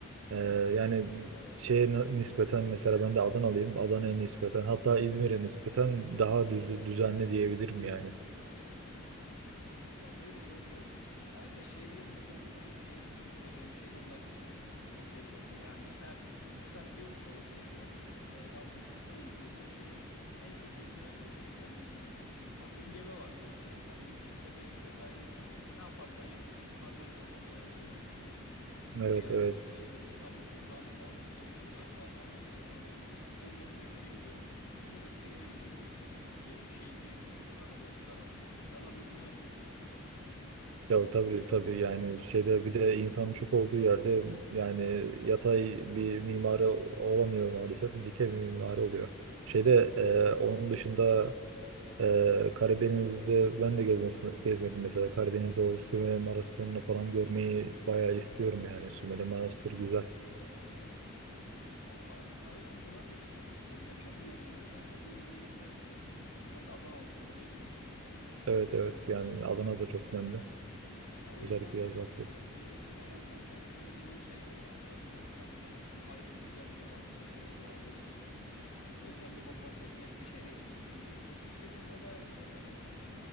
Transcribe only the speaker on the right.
e, yani şeye na- nispeten mesela ben de Adanalıyım. Adana'ya nispeten hatta İzmir'e nispeten daha düz- düzenli diyebilirim yani.
Evet
evet
Ya tabii tabii yani şeyde bir de insanın çok olduğu yerde yani yatay bir mimari olamıyor maalesef dikey bir mimari oluyor. Şeyde e, onun dışında e, Karadeniz'de ben de gezmedim, gezmedim mesela Karadeniz'de o Sümele Manastırı'nı falan görmeyi bayağı istiyorum yani Sümele manastır güzel.
Evet evet yani Adana
da çok önemli
özellikle
yaz
vakti.